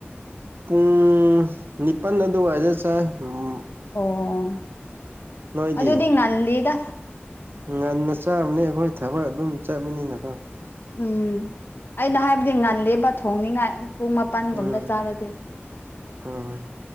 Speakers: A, on the right (about 55°); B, on the left (about 60°).
A: ꯄꯨꯡ ꯅꯤꯄꯟ ꯑꯗꯨꯋꯥꯏꯗ ꯆꯥꯏ ꯎꯝ
B: ꯑꯣ
A: ꯅꯣꯏꯗꯤ
B: ꯑꯗꯨꯗꯤ ꯉꯜꯂꯤꯗ
A: ꯉꯟꯅ ꯆꯥꯕꯅꯤ ꯑꯩꯈꯣꯏ ꯊꯕꯛ ꯑꯗꯨꯝ ꯆꯠꯕꯅꯤꯅꯀꯣ
B: ꯎꯝ ꯑꯩꯅ ꯍꯥꯏꯕꯗꯤ ꯉꯜꯂꯦꯕ ꯊꯣꯡꯅꯤꯡꯉꯥꯏ ꯄꯨꯡ ꯃꯥꯄꯟꯒꯨꯝꯕꯗ
A: ꯎꯝ
B: ꯆꯥꯔꯗꯤ
A: ꯎꯝ